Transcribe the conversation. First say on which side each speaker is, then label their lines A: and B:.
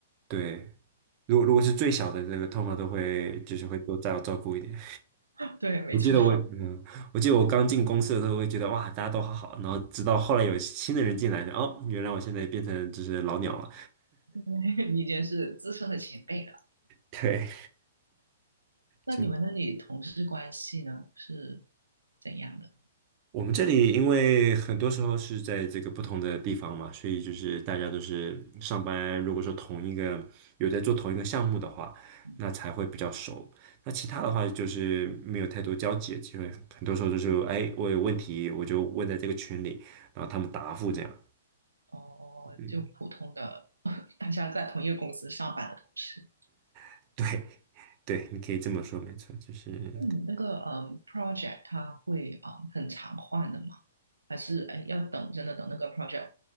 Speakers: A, on the right; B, on the right.
A: 对，如果如果是最小的那个，通常都会就是会多照照顾一点。
B: <laughs> 对，没错，
A: 我记得我，嗯，我记得我刚进公司的时候，我会觉得哇，大家都好好，然后直到后来有新的人进来，哦，原来我现在变成就是老鸟了。
B: <laughs> 你已经是资深的前辈了。
A: <laughs> 对，
B: 那你们那里同事关系呢是
A: 就
B: 怎样的？
A: 我们这里，因为很多时候是在这个不同的地方嘛，所以就是大家都是上班，如果说同一个有在做同一个项目的话，
B: 嗯，
A: 那才会比较熟。那其他的话就是没有太多交集的机会，很多时候就是哎，我有问题我就问在这个群里，然后他们答复这样。
B: 哦，
A: 嗯
B: 就普通的 <laughs>，大家在同一个公司上班的同事。
A: <laughs> 对，对，你可以这么说，没错，就是
B: 那你那个嗯 project 它会嗯很常换的吗？还是哎要等真的等那个 project